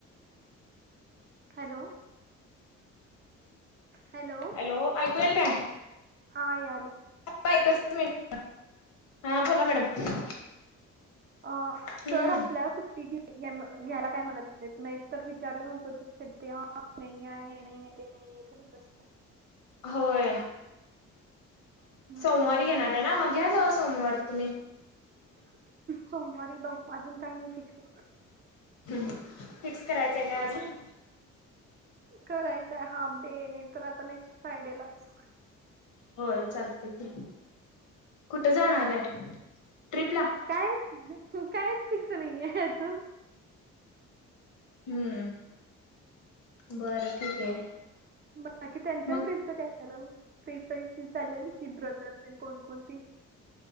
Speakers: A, on the right; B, on the left.
A: हॅलो हॅलो
B: हॅलो ऐकूयंल काय?
A: हा याले.
B: <inaudible> एकच मीनट हा बोला मॅडम.
A: आ
B: हम्म
A: सर असल्यावर सुट्टी घे घे म घ्यायला काय म्हणत नाही नाही तर विचारलं तर ऊगच पेटतय हा नाही आहे हे नाही आहे ते नाही नाही आहे करत असता
B: होय
A: हम्म
B: सोमवारी घेणार आहे ना मग घ्या जावा सोमवारी तुम्ही.
A: सोमवारी बघू अजून काही नाही फिक्स.
B: हम्म फिक्स करायचंय काय अजून?
A: करायचंय हाफ डे नाही तर आता नेक्स्ट फ्रायडे लाच.
B: होय चालतय की कुठं जाणार आहे ट्रिप ला.
A: कायच कायच फीक्स नाहीये अजून.
B: हम्म बरं ठीक आहे.
A: बाकी त्यांच्या
B: मग
A: ट्रीपच काय झालं? काय काय ती चालतं होती ब्रदरतेन कोणकणती?